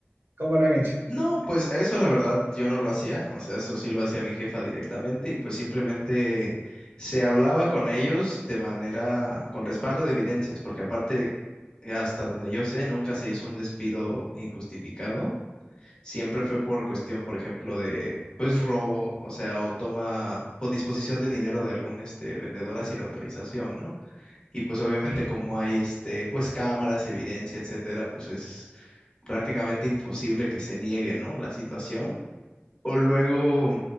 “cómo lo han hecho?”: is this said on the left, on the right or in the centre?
Right